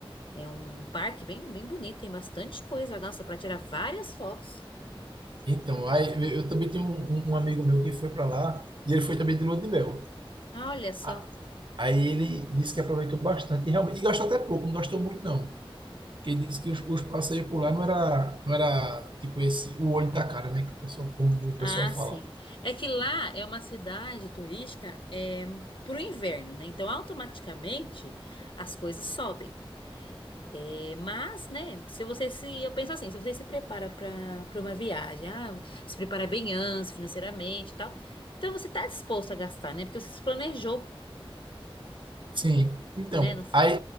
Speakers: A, on the left (about 60°); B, on the right (about 55°).
A: é um parque bem, bem bonito, tem bastante coisa lá, nossa, pra tirar várias fotos.
B: Então, aí eu, eu também tenho um, um um amigo meu que foi para lá, e ele foi também de lua de mel.
A: Ah, Olha só.
B: A- Aí ele disse que aproveitou bastante, e realmente, e gastou até pouco, não gastou muito não. Porque ele disse que os, os passeios por lá não era, não era tipo esse, o olho da cara, né, que o pessoal, como o
A: Ah,
B: pessoal
A: sim.
B: fala.
A: É que lá é uma cidade turística é, para o inverno, né? Então, automaticamente as coisas sobem. É, mas, né? Se você se, eu penso assim, se você se prepara para para uma viagem, ah, se prepara bem antes, financeiramente, e tal, então você está disposto a gastar, né? Porque você se planejou,
B: Sim, então,
A: né? Não foi-
B: aí